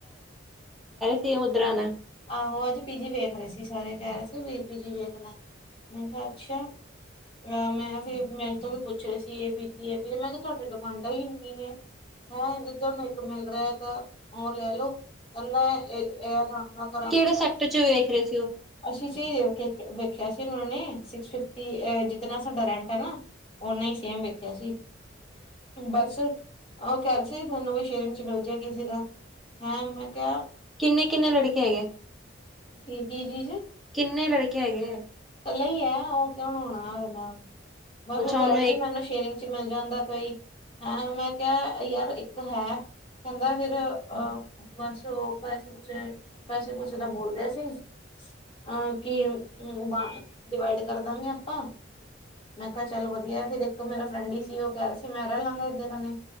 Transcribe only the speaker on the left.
ਆਹੋ ਅੱਜ ਪੀਜੀ ਵੇਖ ਰਏ ਸੀ ਸਾਰੇ ਕੈ ਰਏ ਸੀ ਵੀ ਪੀ ਜੀ ਵੇਖਨਾ, ਮੈਂ ਕਿਆ ਅੱਛੇਆ। ਅਹ ਮੈਂ ਮੇਰੇ ਤੋਂ ਵੀ ਪੁੱਛ ਰਏ ਸੀ ਏਹ ਪੀ ਜੀ ਏਹੀ ਐ ਮੈਂ ਕਿਆ ਤੁਆਡੇ ਤੋਂ ਮੰਨਦਾ ਈ ਨਈ ਨੇ, ਹੈਂ ਜੇ ਤਾਨੂੰ ਇੱਕ ਮਿਲ ਰਿਆ ਤਾਂ ਓ ਲੈ ਲੋ ਕੈਂਦਾ ਏ <unintelligible>
ਅਸੀਂ ਚ ਵੀ ਵੇਖਿਆ ਸੀ ਓਨਾਂ ਨੇ ਸਿਕਸਟੀ ਵੀ ਐ ਜਿਤਨਾ ਸਾਡਾ ਰੈਂਟ ਐ ਨਾ, ਓਨਾ ਈ ਸੇਮ ਵੇਖਿਆ ਸੀ। ਬਸ ਓ ਕੈ ਰਏ ਸੀ ਥੋਨੂੰ ਵੀ ਸ਼ੇਰਿੰਗ ਚ ਮਿਲਜੇ ਕਿਸੇ ਦਾ। ਹੈਂ ਮੈਂ ਕਿਆ
ਕੀ-ਕੀ ਚੀਜ਼
ਕੱਲਾ ਈ ਐ ਓ ਕਿ ਹੁਨ ਔਣਾ ਪੈਲਾਂ ਬਸ
ਓ ਕਹਿ
ਰਏ
ਸੀ ਮੈਨੂੰ ਸ਼ੇਅਰਿੰਗ ਚ ਮਿਲ ਜਾਂਦਾ ਕੋਈ, ਹੈਂ ਮੈਂ ਕਿਆ ਯਾਰ ਇੱਕ ਹੈ। ਕੈਦਾ ਫਿਰ ਅਹ ਬਸ ਓ ਪੈਸੇ ਪੂਸੇ ਪੈਸੇ ਪੂਸੇ ਦਾ ਬੋਲਦੇ ਸੀ। ਅਹ ਕੀ ਵੰ ਡਿਵਾਈਡ ਕਰਦਾਂਨੇ ਆਂ ਆਪਾਂ। ਮੈਂ ਕਿਆ ਚਲ ਵਧੀਆ ਫੇਰ ਇੱਕ ਮੇਰਾ ਫਰੈਂਡ ਈ ਸੀ ਓ ਕੈ ਰਿਐ ਸੀ ਮੈਂ ਰੈਲਾਂਗਾ ਏਦਾਂ ਬੰਨੇ।